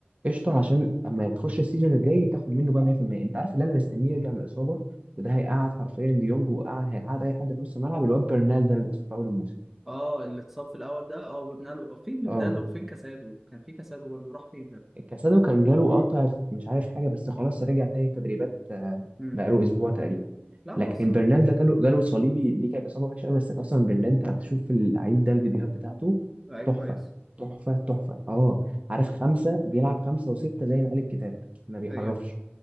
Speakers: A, on the right; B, in the centre.
A: قشطه
B: امم
A: عشان اما تخش السيزون الجاي تاخد منه بقى 100% انت عارف اللي انا مستنيه يرجع من الاصابه وده هيقعد حرفيا ديونج وقعد هيقعد اي حد في نص الملعب الواد برنال ده اللي اتصاب في اول الموسم
B: اه اللي اتصاب في الاول ده اه برنالو فين
A: اه
B: برنالو وفين كاسادو كان في كاسادو برضه راح فين ده
A: كاسادو كان جاله قطع في مش عارف حاجة بس خلاص رجع تاني تدريبات آه،
B: امم
A: بقاله أسبوع تقريبا
B: لا هو
A: لكن
B: الصراحه
A: برنال ده جاله جاله صليبي دي كانت إصابة وحشة أوي بس قسما بالله أنت بتشوف اللعيب ده الفيديوهات بتاعته
B: لعيب
A: تحفة
B: كويس
A: تحفة تحفة أه عارف خمسة بيلعب خمسة وستة زي ما قال الكتاب ما بيحرفش
B: ايوه